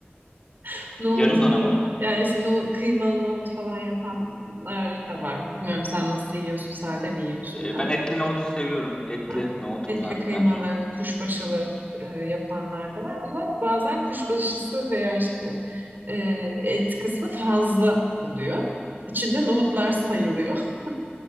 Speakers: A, on the right; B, on the left.
A: <laughs> Nohutudur.
B: yarım dana mı?
A: Yani işte no- kıymalı nohut falan yapanlar da var. Bilmiyorum sen nasıl yiyorsun? Sade mi yiyorsun
B: Ee,
A: da?
B: ben etli nohut seviyorum. Etli
A: Ha,
B: nohut
A: Etli
B: güzel
A: kıymalı,
B: bence.
A: kuşbaşılı e, yapanlar da var ama bazen kuşbaşısı veya işte e, et kısmı fazla oluyor. İçinde nohutlar sayılıyor. <laughs>